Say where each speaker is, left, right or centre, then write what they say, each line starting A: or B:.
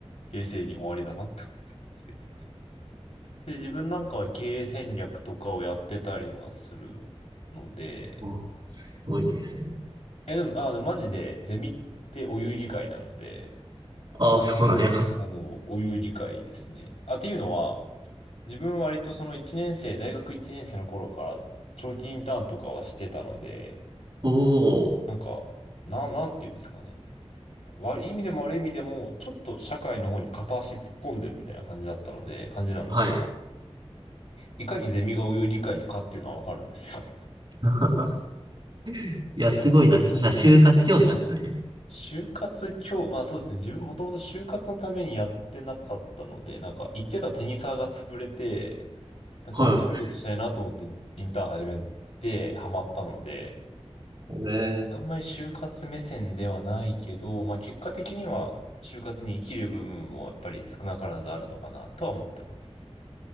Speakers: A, on the left; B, on the right.
A: 冷静に終わりだなって思ってますけど。で、自分なんかは経営戦略とかをやってたりはするので、
B: あ <laughs>、すごいですね。
A: いやでも、あ、マジで、ゼミってお湯理解なので、
B: ああ、そうなんや。
A: あの、お湯理解ですね。あ、っていうのは、自分割とその1年生、大学1年生の頃から長期インターンとかはしてたので、
B: おお、
A: なんか、な、なんていうんですかね。悪い意味でも悪い意味でも、ちょっと社会の方に片足突っ込んでるみたいな感じだったので、感じなので、
B: はい。
A: いかにゼミがお湯理解かっていうのはわかるんですよ。
B: <laughs> いや、すごいな。そしたら、就活教師なんですね。
A: 就活今日、まあそうですね。自分もともと就活のためにやってなかったので、なんか行ってたテニサーが潰れて、なんか面白いことしたいなと思ってインターン始めてハマったので、
B: はい。ええ
A: あんまり就活目線ではないけど、まあ結果的には就活に生きる部分もやっぱり少なからずあるのかなとは思ってます。